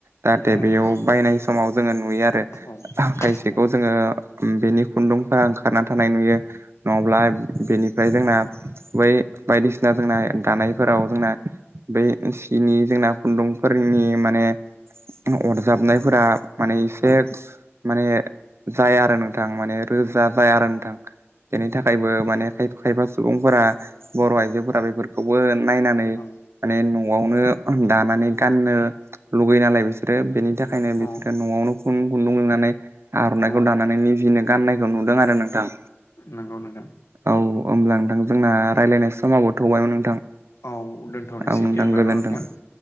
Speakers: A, on the right (about 65°); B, on the left (about 80°).
A: जाहाथे
B: औ
A: बेयाव
B: नंगौ नोंथां
A: बायनाय समाव जोङो नुयो आरो।
B: औ
A: खायसेखौ
B: औ
A: जोङो उम बेनि खुन्दुंफोरा ओंखारना थानाय नुयो। नङाब्ला बेनि ओमफ्राय जोंना बै बायदिसिना जोंना दानायफोराव जोंना बै बिनि जोंना खुन्दुंफोरनि माने अरजाबनायफोरा माने एसे
B: औ
A: माने जाया आरो नोंथां माने रोजा बाय आरो नोंथां। बेनि थाखायबो माने
B: नंगौ
A: खायफा खायफा सुबुंफोरा बर' आइजोफोरा बेफोरखौबो नायनानै
B: औ
A: माने न'आवनो दानानै गाननो लुगैयो नालाय बिसोरो बेनि थाखायनो
B: औ
A: न'आवनो खुन खुन्दुं लुनानै आर'नाइखौ
B: औ
A: दानानै निजिनो गाननायखौ नुदों आरो नोंथां।
B: नंगौ नोंथां
A: औ होमब्ला नोंथां जोंना रायज्लायनाय समाबो थौबायमोन नोंथां।
B: औ दोनथ'नोसै
A: औ नोंथां
B: दे होमबा न'
A: गोजोनथों
B: नोंथां